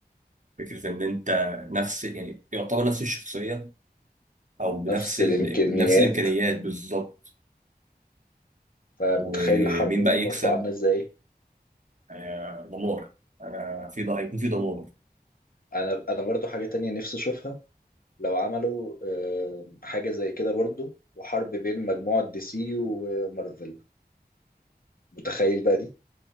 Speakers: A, on the right; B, on the left.
A: فكرة إن أنت نفس يعني يعتبر نفس الشخصية أو بنفس
B: نفس
A: ال...
B: الامكانيات
A: نفس الإمكانيات بالظبط
B: فمتخيل
A: ومين
B: الحرب منهم
A: بقى يكسب
B: هتبقى عامله ازاي
A: آه، دمار انا في ده هيكون في دمار
B: انا انا برضو حاجه تانية نفسي اشوفها لو عملوا آه، حاجة زي كده برضو وحرب بين مجموعة دي سي ومارفل متخيل بقى دي